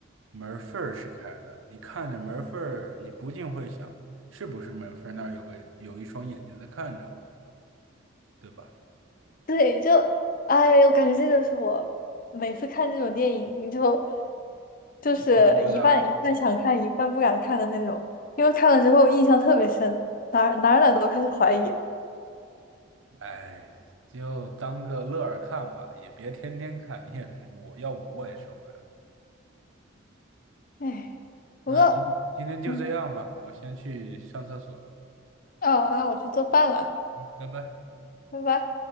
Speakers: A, on the right (about 75°); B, on the left (about 45°).
A: 门缝儿是开的，你看着门缝儿，你不禁会想，是不是门缝儿那儿有个有一双眼睛在看着我，对吧？
B: 对，就哎，我感觉这就是我每次看这种电影，你就就是一半一半想看，
A: 鸡皮疙瘩的。
B: 一半不敢看的那种，因为看了之后印象特别深，哪儿哪儿哪儿都开始怀疑。
A: 哎，就当个乐儿看吧，也别天天看。你也是，我要不我也受不了。
B: 哎，
A: 那今今天就这样吧，
B: 不过。嗯
A: 我先去上厕所了。
B: 哦，那我去做饭了，
A: 嗯，拜拜。
B: 拜拜。